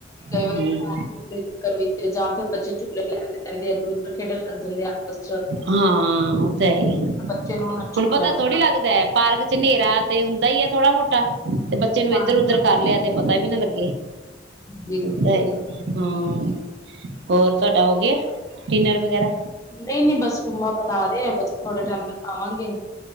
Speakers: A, on the left; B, on the right.
A: ਕਈ
B: ਹਮ
A: ਵਾਰੀ ਫੋਨ ਫੁਨ ਦੇ ਵਿੱਚ ਜਾਂ ਫਿਰ ਬੱਚੇ ਝੂਲੇ ਲੈਂਦੇ ਰਹਿੰਦੇ। ਖੇਡਣ ਲੱਗ ਜਾਂਦੇ ਆ ਆਪਸ ਚ
B: ਹਾਂ ਉਹ ਤਾਂ ਹੀ
A: ਬੱਚੇ ਨੂੰ ਉਹਨਾਂ ਚੁੱਕ
B: ਹੁਣ ਪਤਾ
A: ਲੈਣਾ
B: ਥੋੜ੍ਹੀ ਲੱਗਦਾ ਪਾਰਕ ਚ ਹਨੇਰਾ ਤੇ ਹੁੰਦਾ ਹੀ ਹੈ ਥੋੜਾ ਮੋਟਾ <unintelligible> ਤੇ ਬੱਚੇ ਨੂੰ ਇੱਧਰ
A: ਹਾਂਜੀ
B: ਉਧਰ
A: ਹਾਂਜੀ
B: ਕਰ ਲਿਆ ਤੇ ਪਤਾ ਵੀ ਨਾ ਲੱਗੇ
A: ਜੀ ਜੀ
B: ਤਾਂ
A: ਸਹੀ
B: ਹਾਂ ਹੋਰ ਘਟਾ ਹੋ ਗਿਆ। ਡਿਨਰ ਵਗੈਰਾ,
A: ਨਹੀਂ-ਨਹੀਂ, ਬਸ ਮੰਮਾ ਬਣਾ ਰਹੇ ਹੈ ਬਸ ਥੋੜੇ ਟਾਈਮ ਤੱਕ ਖਾਵਾਂਗੇ।